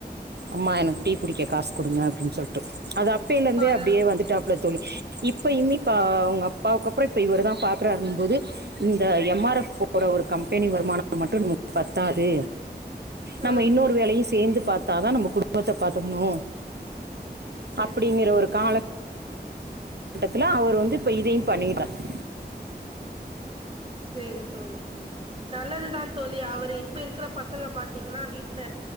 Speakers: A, on the right; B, on the right.
A: அம்மா எனக்கு டீ குடிக்க காசு குடுங்க அப்டின் சொல்ட்டு அது அப்பைலந்தே
B: அது
A: அப்டியே வந்துட்டாப்ல தோழி. இப் இப்பயிமே இப்ப அ அவுங்க அப்பாவுக்கு அப்புறோ இப்ப இவுரு தா பாக்றாருன்னும்போது இந்த எம் ஆர் எஃப் போற ஒரு கம்பெனி வருமானம் மட்டு நமக் பத்தாது நம்ம
B: ம்
A: இன்னோரு வேலையு சேந்துப் பாத்தாதா நம்ப குடும்பத்த பாத்துக்குணு
B: சேரி
A: அப்பிடிங்கிற ஒரு காலக் கட்டத்துல அவுரு வந்து இப்ப இதையும் பண்ணி <unintelligible>
B: சேரி தோழி. நல்லதுதா தோழி அவரு இப்ப இருக்கற பசங்க பாத்திங்கன்னா வீட்ல